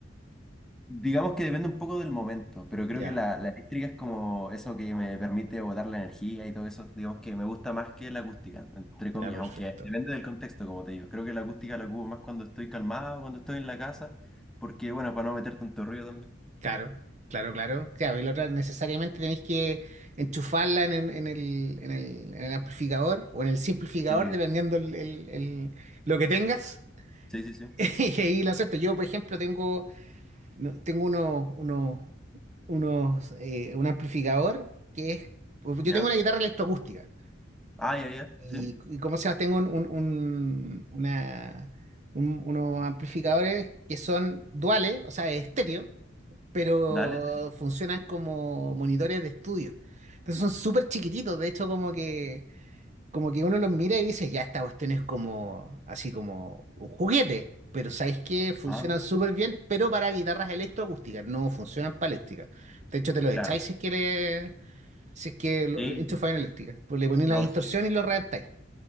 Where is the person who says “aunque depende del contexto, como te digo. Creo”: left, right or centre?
Centre